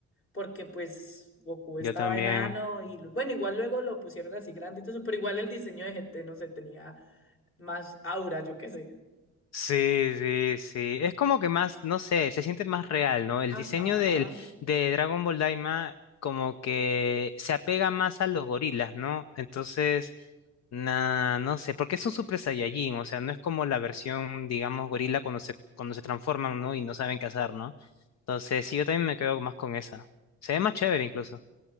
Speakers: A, on the left; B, on the left.
A: porque pues Goku estaba
B: Yo también.
A: enano y lo- bueno, igual luego lo pusieron así grande y todo eso, pero igual el diseño de GT no sé, tenía más aura, yo qué sé.
B: Sí, sí, sí. Es como que más, no sé, se siente más real, ¿no? El diseño
A: Ajá.
B: del, de Dragon Ball Daima como que se apega más a los gorilas, ¿no? Entonces, nah, no sé, porque es un Super Saiyajin, o sea, no es como la versión, digamos, gorila cuando se, cuando se transforman, ¿no? Y no saben qué hacer, ¿no? Entonces, sí, yo también me quedo más con esa. Se ve más chévere incluso.